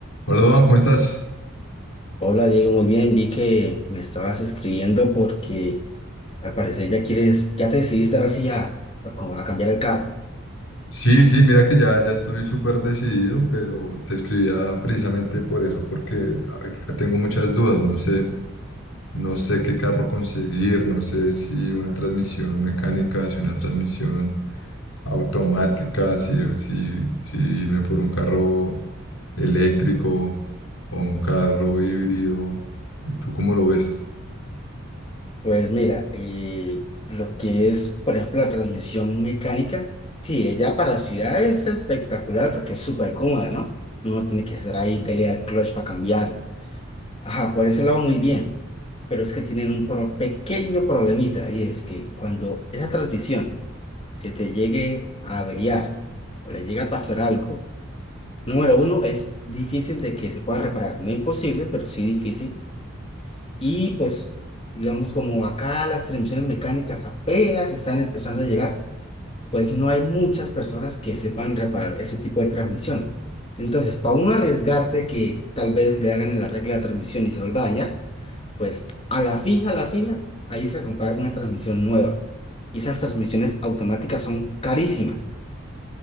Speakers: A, on the left; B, on the left.
A: Hola, Duan, ¿cómo estás?
B: Hola Diego, muy bien, vi que me estabas escribiendo porque al parecer ya quieres, ya te decidiste ahora sí a, a como a cambiar el carro.
A: Sí, sí, mira que ya, ya estoy súper decidido, pero te escribía precisamente por eso, porque ahorita tengo muchas dudas, no sé, no sé qué carro conseguir, no sé si una transmisión mecánica, si una transmisión automática, si, si, si irme por un carro eléctrico o un carro híbrido. ¿Tú cómo lo ves?
B: Pues mira, eh, lo que es, por ejemplo, la transmisión mecánica, sí, ella para ciudad es espectacular porque es súper cómoda, ¿no? Uno tiene que estar ahí, dele al clutch para cambiar. Ajá, por ese lado muy bien, pero es que tienen un pro- pequeño problemita y es que cuando esa transmisión se te llegue a averiar o le llega a pasar algo, Número uno, es difícil de que se pueda reparar. No imposible, pero sí difícil. Y pues, digamos, como acá las transmisiones mecánicas apenas están empezando a llegar, pues no hay muchas personas que sepan reparar ese tipo de transmisión. Entonces, para uno arriesgarse que tal vez le hagan la regla de transmisión y se vuelva a dañar, pues a la fija, a la fija, ahí se comprar una transmisión nueva. Y esas transmisiones automáticas son carísimas.